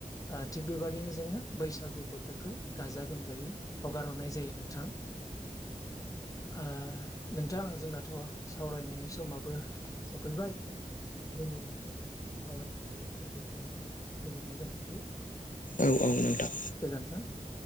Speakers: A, on the left; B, on the left.
A: ओ थिग बेबायाददिनो जोङो बैसागु बोथोरखौ गाजा गोमजायै हगार हरनाय जायो नोंथां ओ नोंथां जोंनाथ सावरायनायनि समाबो सफैबाय जोङो सावराय एसेखिनिङावनो फोजोबनाय जाथोंसै
B: औ औ नोंथां
A: गोजोन्थों